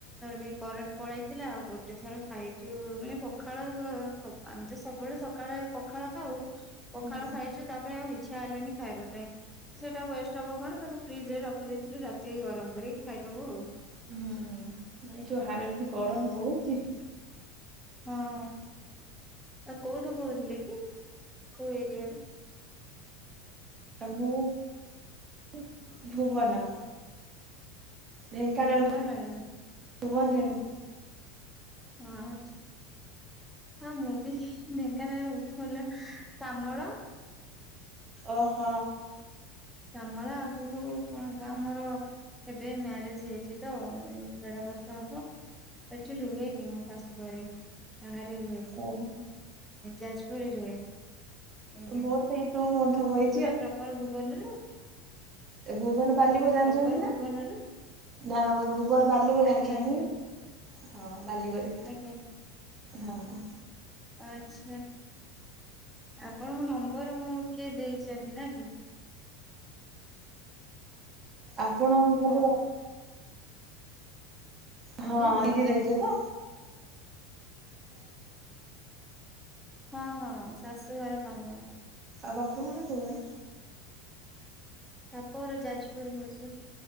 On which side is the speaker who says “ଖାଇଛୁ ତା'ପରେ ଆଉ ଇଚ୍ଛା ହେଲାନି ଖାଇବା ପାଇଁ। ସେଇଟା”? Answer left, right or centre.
Centre